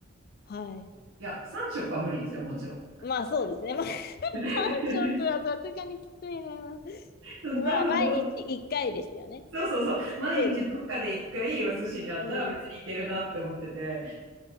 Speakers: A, on the left; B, on the right.
A: はい。
B: いや、3食は無理ですよ、もちろん。
A: まあ、そうですね。まあ <laughs> 3食はさすがにきついな。
B: <laughs> うん多分どう
A: まあ、毎日1回ですよね。
B: そうそうそう。毎日どっかで一回お寿司にあったら別にいけるなって思ってて。
A: 程うん。